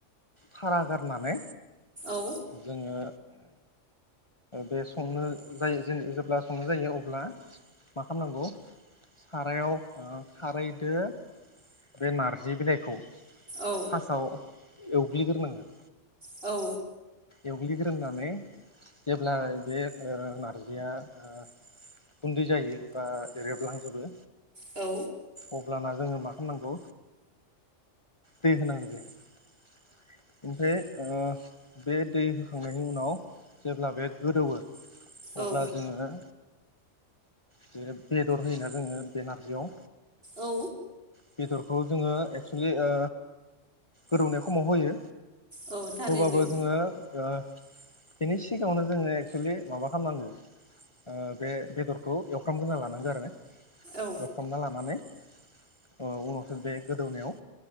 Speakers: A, on the left; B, on the right.
A: थारा गारनानै
B: औ
A: जोङो बे संनो जायो जे जेब्ला संनो जायो अब्ला मा खालामनांगौ सारायाव ओ खारै बे नारजि बिलाइखौ
B: औ
A: फासाव एवग्लिग्रोनाङो
B: औ
A: एवग्लिग्रोननानै जेब्ला बे ओ नारजिया ओ गुन्दै जायो बा रेबलांजोबो
B: औ
A: अब्लाना जोङो मा खालामनांगौ दै होनांगौ बेहाय ओमफ्राय दै होखांनायनि उनाव जेब्ला बे गोदौवो
B: औ
A: अब्ला जोङो बे बेदर होयोना जोङो बे नारजियाव
B: औ
A: बेदरखौ जोङो एक्सुलि ओ गोदौनाय खमाव होयो
B: औ थारैनो
A: होबाबो जोङो ओ बेनि सिगाङावनो जोङो एक्सुवेलि माबा खालामनांगौ ओ बे बेदरखौ एवफ्रामग्रोना लानांगौ आरो एवफ्रामना
B: औ
A: लानानै ओ उनावसो बे गोदौनायाव